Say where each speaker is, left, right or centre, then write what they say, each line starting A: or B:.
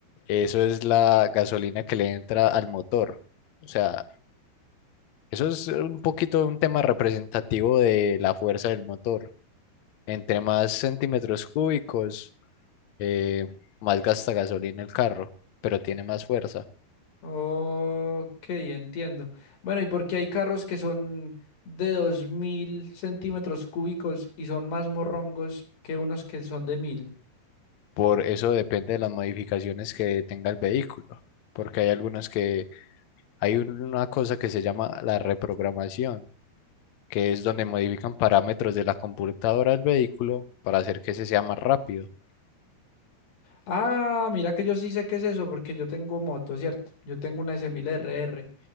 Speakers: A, on the left; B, on the left.
A: eso es la gasolina que le entra al motor. O sea, eso es un poquito un tema representativo de la fuerza del motor. Entre más centímetros cúbicos, eh, más gasta gasolina el carro, pero tiene más fuerza.
B: Ok, entiendo. Bueno, ¿y por qué hay carros que son de 2000 centímetros cúbicos y son más morrongos que unos que son de mil.
A: Por eso depende de las modificaciones que tenga el vehículo. Porque hay algunos que, hay un- una cosa que se llama la reprogramación que es donde modifican parámetros de la computadora del vehículo para hacer que ese sea más rápido.
B: Ah, mira que yo sí sé qué es eso, porque yo tengo moto, ¿cierto? Yo tengo una s mil R R